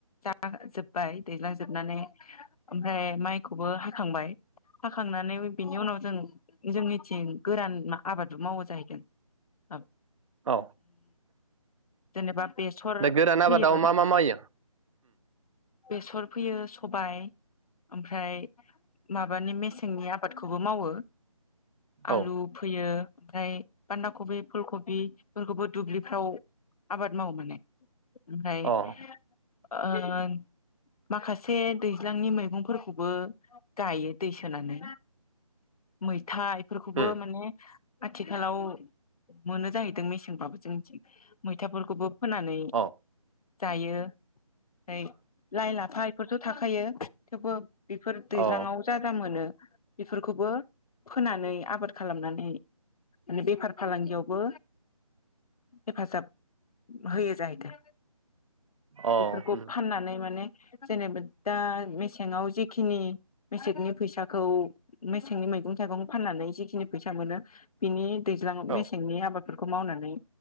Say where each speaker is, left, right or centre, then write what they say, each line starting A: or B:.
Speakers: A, on the left (about 80°); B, on the right (about 60°).
A: जाजोबबाय दैलांजोबनानै ओमफ्राय माइखौबो हाखांबाय हाखांनानै बिनि उनाव जों जोंनिथिं गोरान मा आबादबो मावा जाहैदों। औ
B: औ
A: जेनेबा बेसर
B: दा गोरान
A: फोयो
B: आबादाव मा मा मावो?
A: बेसर फोयो सबाय ओमफ्राय माबानि मेसेंनि आबादखौबो मावो। आलु
B: औ
A: ओमफ्राय बान्दा कबि फुल खबिफोरखौबो दुब्लिफ्राव आबाद मावो माने ओमफ्राय
B: अ
A: ओन माखासे दैज्लांनि मैगंफोरखौबो गायो दै सोनानैै मै था इफोरखौबो
B: उम
A: माने आथिखालाव मोनो जाहैदों मेसेंबाबो जोंनिथिं मैथाफोरखौबो फोनानै
B: अ
A: जायो फाय लाइ लाफा एफोरथ' थाखायो थेवबो बेफोर दैज्लाङाव
B: ओ
A: जागा मोनो बेफोरखौबो फोनानै आबाद खालामनानै नै माने बेफार फालांगियावबो हेफाजाब होयो जाहैदों
B: होम
A: बेफोरखौ फाननानै माने जेनेबा दा मेसेङाव जेखिनि मेसेंनि फैसाखौ मेसेंनि मैगं थाइगं फाननानै जिखिनि फैसा सा मोनो बिनि दैज्लाङाव
B: होम अ उम औ
A: मेसेंनि आबादफोर खौ मावनानै